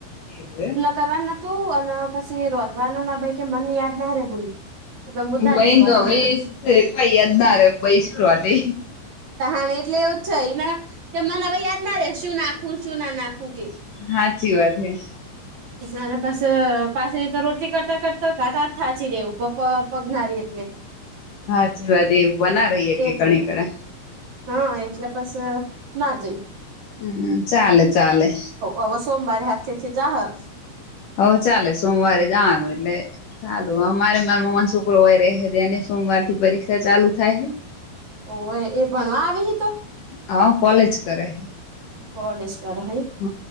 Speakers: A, on the left; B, on the right.
A: એવું એમ
B: કરવાનુંતું અને પછી રોધવાનુંમાં કે મન યાદ ના રે બુલ, મુદા
A: હું બઈ
B: જઈ કોલેજ,
A: તો હવે કોઈ યા જ ના ર ભાઈ શરઆત <inaudible>
B: ત હા એટલે એવું જ છેને કે મને હવે યાદ ના રે શું નાખવું શું ના નાખવું કે,
A: હાચી વાત હૈ.
B: નાના પાસ. પાસે તો રોટલી કરતા કરતા ઘાટા થાચી રહેેવું પ પગનારી એટલે <unintelligible>
A: હાચી વાત એવું બના રહીએ કે
B: એટલે
A: ઘણી કણા્
B: હા એટલે પસે ના જઈએ.
A: હમ ચાલે ચાલે.
B: અવે સોમવારે હાથેથી જાહે.
A: હ ચાલે સોમવારે જવાનું એટલે ચાલુ અમારે, ન મમાનોછોકરો વાય રહે અને સોમવાર થી પરીક્ષા ચાલુ થાય.
B: ઓ એ ભણવા આવી તો,
A: હા કોલેજ કરે.
B: કોલેશ કર હોાઈ,
A: હ